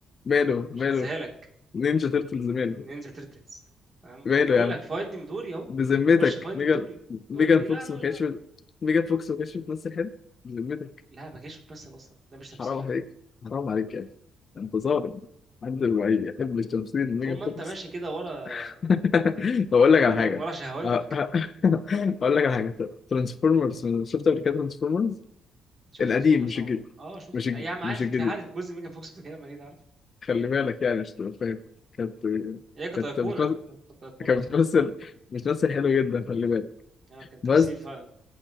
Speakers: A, on the left; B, on the right.
A: ماله
B: مش
A: ماله
B: هنساهالك
A: نينجا تيرتلز ماله
B: نينجا تيرتلز تمام
A: ماله
B: بقول
A: يا عم
B: لك فايندينج دوري اهو
A: بذمتك
B: خش فايندينج
A: ميجان
B: دوري
A: ميجان
B: تقول لي
A: فوكس
B: لا لا
A: ما كانتش
B: لا
A: بت- ميجان فوكس ما كانتش بتمثل حلو بذمتك
B: لا ما كانش بتمثل اصلا ده مش تمثيل
A: حرام
B: يا عم
A: عليك حرام عليك يا اخي انت ظالم عند الوعي يحب التمثيل ميجان
B: طول ما
A: فوكس
B: انت ماشي كده ورا
A: <laughs> طب
B: ورا
A: اقول لك على
B: ايه
A: حاجه
B: ورا شهواتك
A: أه- أه- <laughs> اقول لك على حاجه ترانسفورمرز شفت قبل كده ترانسفورمرز
B: شفت
A: القديم
B: ترانسفورمرز
A: مش
B: طبعا
A: الجديد
B: اه شفت
A: مش
B: اي
A: الجديد
B: عم عارف
A: مش الجديد
B: بتك... عارف جزء ميجان فوكس بتتكلم عليه ده عارف
A: خلي بالك يعني مش تبقى فاهم كانت
B: هي كانت
A: كانت
B: ايقونه
A: بتمثل
B: كانت ايقونه
A: كانت
B: بصراحه
A: بتمثل بتمثل حلو جدا خلي بالك
B: يعني كان تمثيل
A: بس
B: فعلا